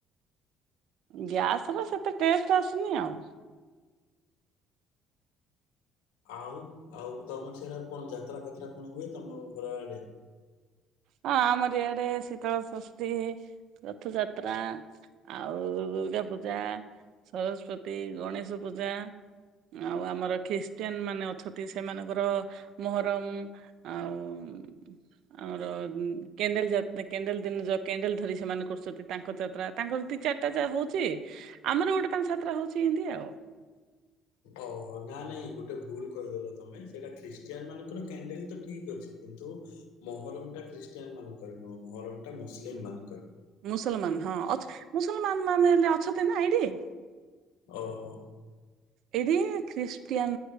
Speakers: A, on the right; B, on the left.
A: ଗ୍ୟାସରେ ସେତେ ଟେଷ୍ଟ ଆସୁନି ଆଉ।
B: ଆଉ ଆଉ ତମର ସିଆଡେ ଆଉ କଣ ଯାତ୍ରା ଫାତ୍ରା କଣ ହୁଏ ତମ ଘର ଆଡେ?
A: ହଁ ଆମର ଇଆଡେ ଶୀତଳ ଷଷ୍ଠୀ ରଥଯାତ୍ରା ଆଉ ଦୁର୍ଗା ପୂଜା ସରସ୍ବତୀ ଗଣେଶ ପୂଜା ଆଉ ଆମର ଖ୍ରୀଷ୍ଟିଆନ୍ ମାନେ ଅଛତି ସେମାନଙ୍କର ମହରମ୍ ଆଉ ଉଁ ଆମର ଉଁ କ୍ୟାଣ୍ଡେଲ ଯାତ୍ରା କ୍ୟାଣ୍ଡେଲ ଦିନ <unintelligible> କ୍ୟାଣ୍ଡେଲ ଧରି ସେମାନେ କରୁଛନ୍ତି ତାଙ୍କ ଯାତ୍ରା ତାଙ୍କର ଦି ଚାରିଟା ଯା ହଉଛି ଆମର ଗୋଟେ ପାନ୍ ସାତେଟା ହଉଛି ଇନ୍ତି ଆଉ।
B: ଓହୋ ନା ନାଇଁ ଗୋଟେ ଭୁଲ କହିଦେଲ ତମେ ସେଇଟା ଖ୍ରୀଷ୍ଟିଆନମାନଙ୍କର କ୍ୟାଣ୍ଡେଲ ତ ଠିକ୍ ଅଛି କିନ୍ତୁ ମହରମଟା ଖ୍ରୀଷ୍ଟିଆନମାନଙ୍କର ନୁହଁ ମହରମଟା ମୁସଲିମମାନଙ୍କର।
A: ମୁସଲମାନ୍ ହଁ ଅଛ ମୁସଲମାନ ମାନେ ହେଲେ ଅଛତି ନା ଏଇଠି।
B: ଓହୋ।
A: ଏଇଠି ଖ୍ରୀଷ୍ଟିଆନ୍